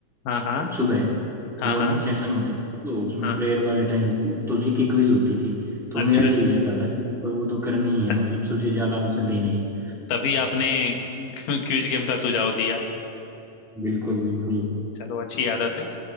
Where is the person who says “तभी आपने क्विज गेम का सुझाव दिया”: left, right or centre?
Left